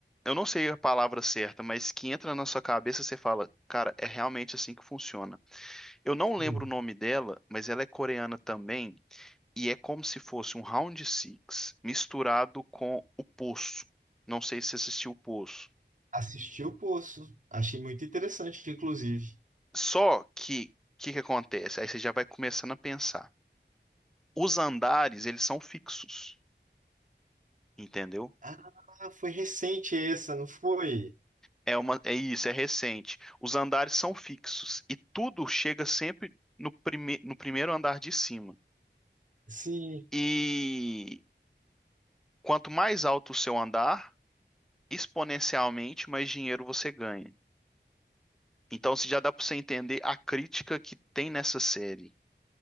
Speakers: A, in the centre; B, on the right.
A: Eu não sei a palavra certa, mas que entra na sua cabeça e você fala, cara, é realmente assim que funciona. Eu não
B: sim.
A: lembro o nome dela, mas ela é coreana também. e é como se fosse um round six misturado com o Poço. Não sei se assistiu o Poço.
B: Assisti o Poço. Achei muito interessante, inclusive.
A: Só que o que que acontece? Aí você já vai começando a pensar. Os andares, eles são fixos, entendeu?
B: Ah, foi recente essa, não foi?
A: É uma, é isso, é recente. Os andares são fixos e tudo chega sempre no, prime, no primeiro andar de cima.
B: Sim,
A: E quanto mais alto o seu andar, exponencialmente mais dinheiro você ganha. Então, se já dá para você entender a crítica que tem nessa série.